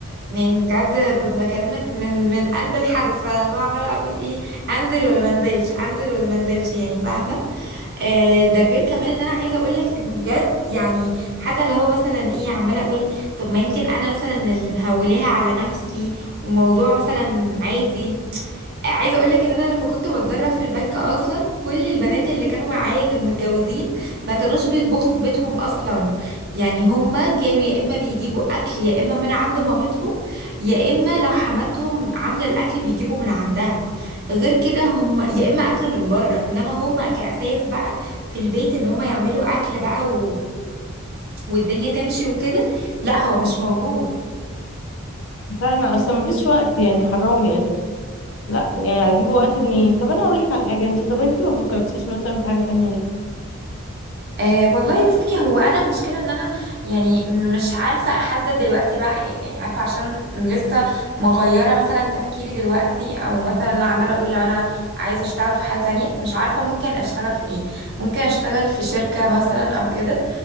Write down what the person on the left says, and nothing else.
فعلا اصلا ما فيش وقت يعني حرام يعني لا يعني هجيب وقت منين طب انا هقول لك على حاجه انت طب انت ما فكرتيش مثلا في حاجه تانية ليه